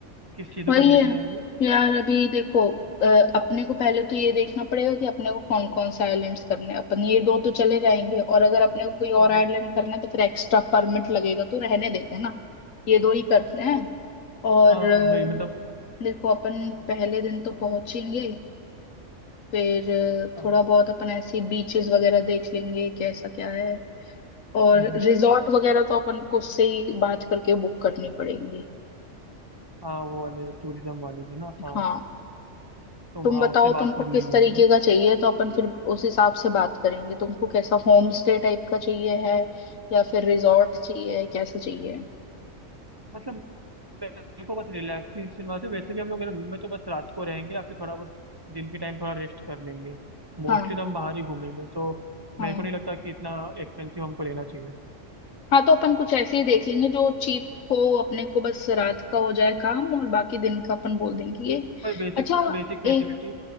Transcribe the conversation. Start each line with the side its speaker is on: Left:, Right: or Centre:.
Right: किस चीज़ों
Left: वही
Right: का देखना
Left: है
Right: है अभी
Left: यार अभी देखो अ, अपने को पहले तो ये देखना पड़ेगा कि अपने को कौन कौन से आइलैंड्स करने हैं अपन ये दो तो चले जाएंगे और अगर अपने को कोई
Right: हाँ
Left: और आइलैंड
Right: हाँ
Left: करना है तो फिर एक्स्ट्रा परमिट लगेगा तो रहने देते हैं ना ये दो ही करते हैं और
Right: हाँ
Left: अ,
Right: हाँ, वही मतलब
Left: देखो अपन पहले दिन तो पहुंचेंगे फिर अ,
Right: हाँ
Left: थोड़ा
Right: हाँ
Left: बहुत अपन ऐसी बीचेस वगैरह देख लेंगे कैसा क्या है और
Right: हम्म, हम्म,
Left: रिजॉर्ट वगैरह तो अपन को उससे ही बात करके बुक करनी पड़ेगी
Right: हाँ वो वाले टूरिज्म वाले थे ना हाँ
Left: हाँ
Right: तो
Left: तुम
Right: हाँ
Left: बताओ
Right: उससे बात
Left: तुमको
Right: कर लेंगे
Left: किस तरीके
Right: एक बार
Left: का चाहिए तो अपन फिर उस हिसाब से बात करेंगे तुमको कैसा होम स्टे टाइप का चाहिए है या फिर रिजॉर्ट चाहिए कैसा चाहिए
Right: मतलब मेरे को बस रिलैक्सेशन वास्ते वैसे भी हम लोग रूम में तो बस रात को रहेंगे या फिर थोड़ा बहुत दिन के टाइम थोड़ा रेस्ट कर लेंगे मोस्टली
Left: हाँ
Right: तो हम बाहर ही घूमेंगे तो
Left: हाँ
Right: मेरे को नहीं लगता कि इतना एक्सपेंसिव हमको लेना चाहिए
Left: हाँ तो अपन कुछ ऐसे ही देख लेंगे जो चीप हो अपने को बस रात का हो जाए काम और बाकी दिन का अपन बोल देंगे ये
Right: भाई बेसिक
Left: अच्छा
Right: बेसिक फैसिलिटी
Left: एक